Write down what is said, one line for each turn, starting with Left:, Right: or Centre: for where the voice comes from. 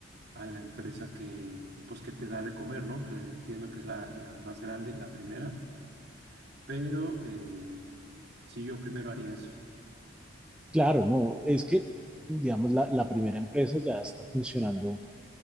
Right: a la empresa que, pues que te da de comer, ¿no? Que entiendo que es la, la más grande, la primera, pero eh, sí, yo primero haría eso.
Centre: Claro, no, es que, digamos, la, la primera empresa ya está funcionando